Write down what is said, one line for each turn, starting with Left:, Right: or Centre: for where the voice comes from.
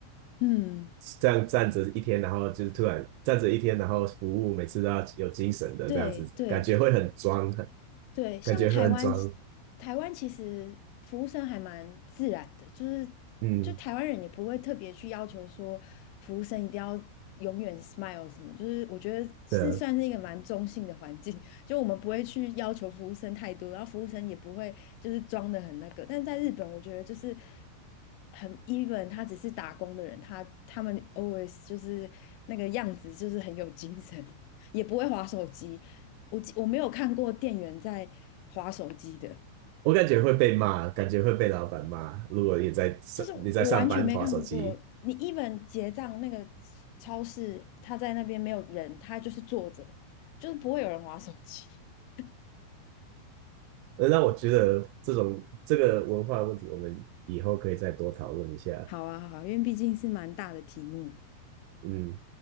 Left: 嗯，
Right: 这样站着一天，然后就是突然站着一天，然后服务每次都要有精神的这样子，
Left: 对对。
Right: 感觉会很装，很
Left: 对，像台湾其，
Right: 感觉会很装。
Left: 台湾其实服务生还蛮自然的，就是就台湾人也不会特别去要求说服务生一定要永远
Right: 嗯，
Left: smile 什么，就是我觉得是算是一个蛮中性的环境，
Right: 对啊，
Left: <laughs> 就我们不会去要求服务生太多，然后服务生也不会就是装的很那个，但在日本，我觉得就是很 even，他只是打工的人，他他们 always 就是那个样子，就是很有精神。也不会划手机。我记我没有看过店员在划手机的，
Right: 我感觉会被骂，感觉会被老板骂。如果你在上你在上班划手机，
Left: 就是我完全没看过。你 even 结账那个超市，他在那边没有人，他就是坐着，就是不会有人划手机。<laughs>
Right: 呃那我觉得这种这个文化问题，我们以后可以再多讨论一下。
Left: 好啊，好啊，因为毕竟是蛮大的题目。
Right: 嗯。